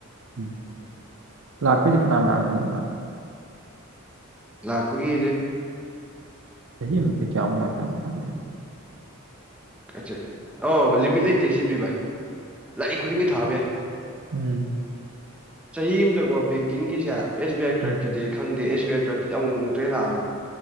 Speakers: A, on the right; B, in the centre.
A: ꯎꯝ ꯂꯥꯛꯄꯩꯗꯤ ꯐꯅꯌꯥꯝ ꯂꯥꯛꯑꯝꯒꯅꯤ ꯃꯥ
B: ꯂꯥꯛꯄꯒꯤꯗꯤ
A: ꯆꯍꯤ ꯑꯃꯥꯗ ꯀꯌꯥ ꯑꯃꯨ ꯂꯥꯛꯆꯥꯅꯣ ꯈꯪꯗꯦ
B: ꯑꯦꯠꯆꯦ ꯑꯧ ꯂꯤꯃꯤꯠ ꯂꯩꯇꯦ ꯁꯤꯃꯗꯤ ꯚꯥꯏ ꯂꯥꯛꯏ ꯈꯨꯗꯤꯡꯒꯤ ꯊꯥꯕ ꯌꯥꯏ
A: ꯎꯝ
B: ꯆꯍꯤ ꯑꯃꯗꯀꯣ ꯕꯦꯡꯀꯤꯡꯒꯤꯁꯦ ꯑꯦꯁ ꯕꯤ ꯑꯥꯏ ꯀ꯭ꯂꯔꯛꯀꯤꯗꯤ
A: ꯎꯝ
B: ꯑꯩ ꯈꯪꯗꯦ ꯑꯦꯁ ꯕꯤ ꯑꯥꯏ ꯀ꯭ꯂꯔꯛ ꯀꯤꯗꯤ ꯑꯃꯨꯛ ꯑꯃꯨꯛꯇꯩ ꯍꯦꯟ ꯂꯥꯛꯑꯝꯃꯣꯏ